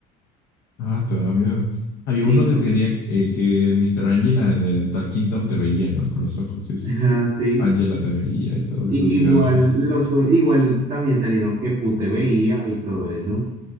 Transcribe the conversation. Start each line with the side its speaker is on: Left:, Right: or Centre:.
Left: Ah, te daba miedo. Había
Right: sí,
Left: uno
Right: porque,
Left: de teoría eh, que el Mr. Angela de Tal Kingdom te veía, ¿no? Con los ojos y eso.
Right: <laughs> ajá, sí.
Left: Angela te veía y todos
Right: Y
Left: esos videos
Right: igual,
Left: raros.
Right: los, igual también salieron que pute veía y todo eso.